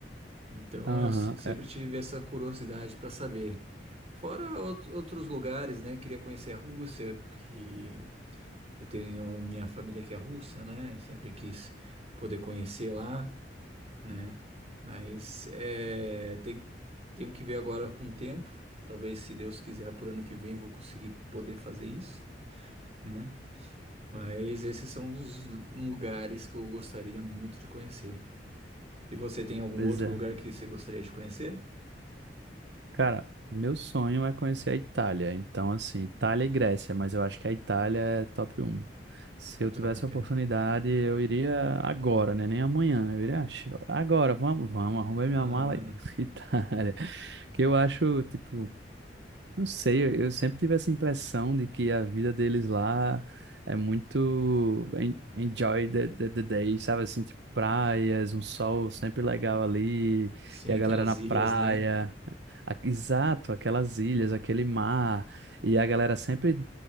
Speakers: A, on the right (about 35°); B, on the right (about 70°).
A: Então
B: Aham,
A: eu se- sempre
B: é,
A: tive essa curiosidade para saber. Fora out- outros lugares, né? Queria conhecer a Rússia, que eu tenho minha família que é russa, né? Sempre quis poder conhecer lá, né? Mas é, tem, tenho que ver agora com o tempo. Talvez, se Deus quiser, por ano que vem eu vou conseguir poder fazer isso, né? Mas esses são os lugares que eu gostaria muito de conhecer. E você tem algum
B: pois
A: outro
B: é.
A: lugar que você gostaria de conhecer?
B: Cara, meu sonho é conhecer a Itália. Então, assim, Itália e Grécia, mas eu acho que a Itália é top um. Se eu
A: Top.
B: tivesse a oportunidade, eu iria agora, né? Nem amanhã. Eu iria, "Ah, agora, vamos, vamos, arrumei minha
A: Ah,
B: mala e <laughs> Itália. Que eu acho, tipo. Não sei, eu, eu sempre tive essa impressão de que a vida deles lá é muito en- enjoy the, the, the day, sabe? Assim, tipo, praias, um sol sempre legal ali,
A: sim,
B: e a
A: aquelas
B: galera na
A: ilhas,
B: praia.
A: né?
B: A- Exato, aquelas ilhas, aquele mar, e a galera sempre